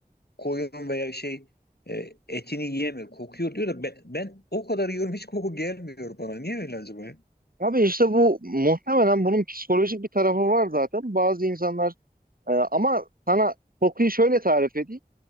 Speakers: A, on the left; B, on the right.
A: koyun veya şey e, etini yiyemiyor. Kokuyor diyor da ben, ben o kadar yiyorum hiç koku gelmiyor bana. Niye öyle acaba ya?
B: Abi işte bu muhtemelen bunun psikolojik bir tarafı var zaten. Bazı insanlar e, ama sana kokuyu şöyle tarif edeyim.